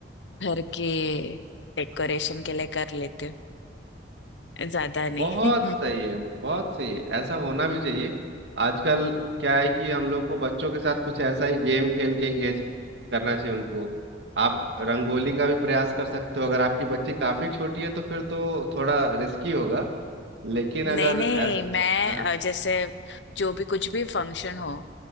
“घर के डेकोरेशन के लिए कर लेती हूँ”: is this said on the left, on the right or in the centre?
Left